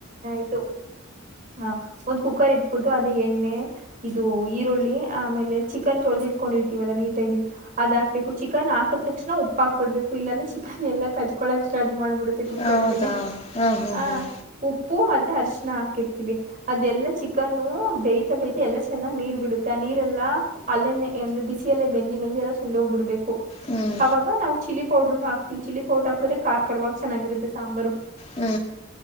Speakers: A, on the right; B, on the left.
A: ಇದು. ಹ ಒಂದ್ ಕುಕ್ಕರ್ ಇಟ್ಬಿಟ್ಟು ಅದ ಎಣ್ಣೆ. ಇದು ಈರುಳ್ಳಿ ಆಮೇಲೆ ಚಿಕನ್ ತೊಳೆದಿ ಇಟ್ಕೊಂಡಿರ್ತೀವಲ್ಲ ನೀ. ತೇಗಿ ಅದ ಆಕ್ಬೇಕು ಚಿಕನ್ ಹಾಕದ ತಕ್ಷಣ ಉಪ್ಪ ಹಾಕ್ ಬಿಡ್ಬೇಕು ಇಲ್ಲಾಂದ್ರ ಚಿಕನ್ ಎಲ್ಲ ಕಜಕೊಳಕ್ ಸ್ಟಾರ್ಟ್ ಮಾಡ್ಬಿಡುತ್ತೆ ಕುಕ್ಕರ್ಗೆನೇ
B: ಹೌದಾ ಹ್ಮ್
A: ಹ
B: ಹ್ಮ್
A: ಉ ಪ್ಪೂ ಮತ್ತೆ ಅರ್ಶಣ ಹಾಕಿರ್ತಿವಿ ಅದೆಲ್ಲಾ ಚಿಕನ್ನು ಬೇಯತಾ ಬೆಯತಾ ಎಲ್ಲ ಚೆನ್ನಾಗ ನೀರ್ ಬಿಡುತ್ತ. ಆ ನೀರೆಲ್ಲಾ ಅಲ್ಲೇನೇ ಅಂದ್ರೆ ಬಿಸಿಯಲ್ಲೇ ಬೆಂದಿ ಬೆಂದಿ ಎಲ್ಲ ಸುಂಡೋಗ್ಬಿಡ್ಬೇಕು.
B: ಹ್ಮ.
A: ಆಗ ನಾವ ಚಿಲ್ಲಿ ಪೌಡರ್ರುನು ಹಾಕ್ತಿವಿ ಚಿಲ್ಲಿ ಪೌಡರ್ ಹಾಕಿದ್ರೆ ಕಾರ್ ಕಾರವಾಗಿ ಚೆನ್ನಾಗಿರುತ್ತೆ ಸಾಂಬಾರು.
B: ಹ್ಮ.